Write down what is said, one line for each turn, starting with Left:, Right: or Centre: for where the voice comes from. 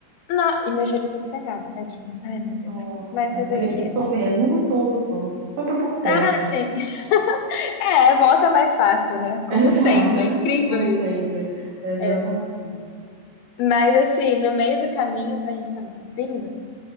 Left: não... e meu joelho todo ferrado, tadinho. Ai, meu Deus.
Right: Nossa,
Left: Mas fazer
Right: então ele
Left: o quê? né?
Right: lutou mesmo, lutou, lutou. Foi por pouco tempo.
Left: Ah,
Right: <laughs>
Left: sim. <laughs> É, volta mais fácil, né? Como
Right: Exato,
Left: sempre, é incrível
Right: como
Left: isso.
Right: sempre. Exatamente.
Left: É. Mas assim, no meio do caminho que a gente tava subindo,